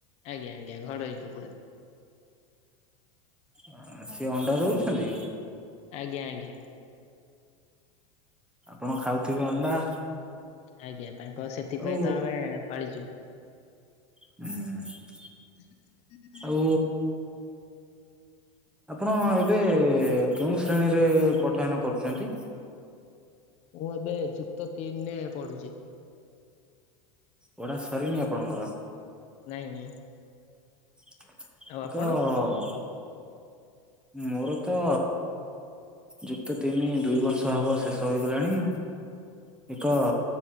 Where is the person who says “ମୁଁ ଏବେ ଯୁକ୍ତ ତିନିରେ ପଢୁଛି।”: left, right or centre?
Left